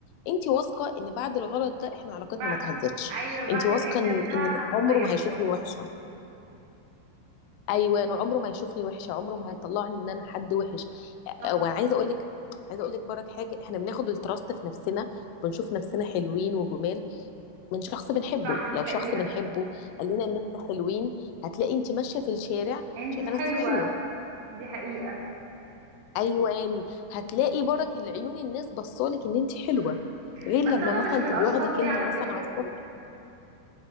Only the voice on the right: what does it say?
بع...
ايوه بعد
العتاب
ده
هت-
هيقوى
صح
صح دي
حقيقه
انتي
حلوه
دي حقيقه
مم.
بس
انا
مش من
الاشخاص
دي على
فكره